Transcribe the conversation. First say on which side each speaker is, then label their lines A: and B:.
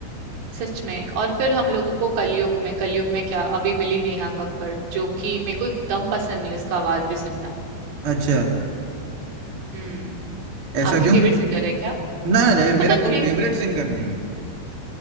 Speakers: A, on the right; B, on the right.
A: सच में और फिर हम लोगों को कलयुग में कलयुग में क्या अभी मिली नेहा कक्कड़ जो कि मेरे को एकदम पसंद नहीं उसका आवाज भी सुनना
B: अच्छा
A: हम्म
B: ऐसा
A: आपकी
B: क्यों
A: फेवरेट सिंगर है क्या
B: ना रे
A: पता
B: मेरा
A: नहीं
B: कोई
A: ने,
B: फेवरेट सिंगर नहीं है